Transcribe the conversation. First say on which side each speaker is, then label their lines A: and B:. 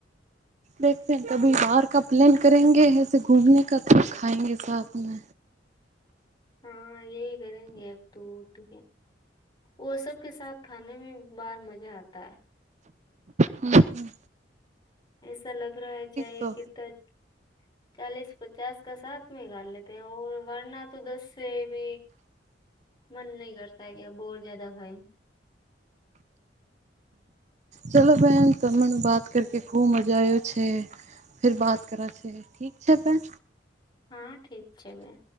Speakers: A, on the right (about 40°); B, on the left (about 25°).
A: દેખતે હે કભી બહાર કા પ્લેન કરેંગે એસે ઘૂમને કા ખાાયંગે સાથમે
B: હા યેહી કરેંગે અબ તો તો ઓર સબ કે સાથ ખાને મે બાર મજા આતા હૈ
A: હમ્મ
B: એસા લગ રહા ચાઇ
A: તો
B: કિધર ચાલીસ પચાસ કા સાથમે ખા લેતે હૈ ઔર વરના તો દસ સે ભ મન નહી કરતા કે અબ ઓર જ્યાદા ખાએ
A: ચલો બેહેન તમને વાત કર કે ખુબ મજા આવ્યો છે ફીર બાત કરા છે ઠીક છે અપણ
B: હા ઠીક છે બેન